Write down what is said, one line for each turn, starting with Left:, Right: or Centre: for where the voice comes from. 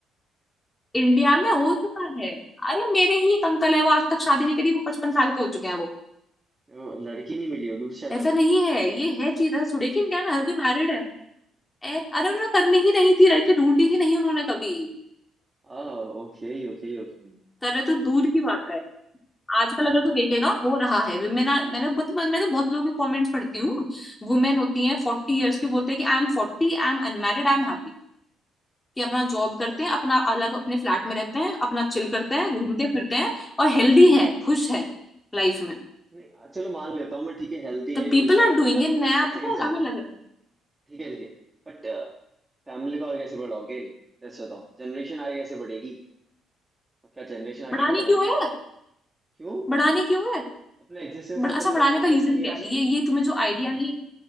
Left: इंडिया में हो चुका है अरे मेरे ही एक अंकल है वो आज तक शादी नहीं करी वो पचपन साल के हो चुके हैं वो
Right: वो लड़की नहीं मिली होगी शायद
Left: ऐसा
Right: उन्हें
Left: नहीं है ये है चीज है सुड़े कि इंडिया में हर कोई मैरिड है ए, अरे उन्होंने करनी ही नहीं थी लड़की ढूंढी ही नहीं उन्होंने कभी
Right: आ ओके ओके ओके
Left: करे तो दूर की बात है आजकल अगर तू देखेगा हो रहा है वुमेन मैंने बहुत मैं तो बहुत लोगों के कमेंट्स पढ़ती हूँ वुमेन होती हैं फोर्टी ईयर्स की बोलते हैं कि I M फोर्टी I am unmarried I am happy कि अपना जॉब
Right: अच्छा
Left: करते हैं अपना अलग अपने फ्लैट में रहते हैं अपना चिल करते हैं घूमते फिरते हैं और हेल्दी है खुश है लाइफ में
Right: नहीं आ, चलो मान लेता हूँ मैं ठीक है हेल्थी
Left: The
Right: है
Left: people
Right: खुश है
Left: are
Right: बट
Left: doing
Right: एक
Left: it नया
Right: सेकेंड
Left: पता है
Right: सुनो
Left: हमें लग रहा है
Right: ठीक है ठीक है बट फैमिली को आगे कैसे बढ़ाओगे दस बताओ जनरेशन आगे कैसे बढ़ेगी और क्या जनरेशन आगे
Left: बढ़ाने
Right: नहीं बढ़ानी
Left: क्यों है
Right: क्यों
Left: बढ़ाने क्यों है
Right: अपना एग्जिस्टेंस
Left: बड़ा
Right: खत्म
Left: अच्छा बढ़ाने
Right: करना है
Left: का
Right: क्या
Left: रीजन
Right: इस दुनिया
Left: क्या है ये
Right: से
Left: ये तुम्हें जो आइडिया ये